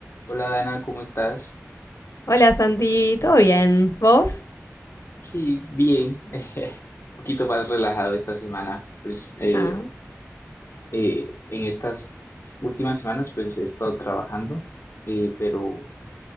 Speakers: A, on the left; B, on the left.
A: Hola Dana, ¿cómo estás?
B: Hola Santi, ¿todo bien? ¿Vos?
A: Sí, bien, <laughs> un poquito más relajado esta semana. Pues eh,
B: Ah,
A: eh, en estas últimas semanas pues he estado trabajando, eh, pero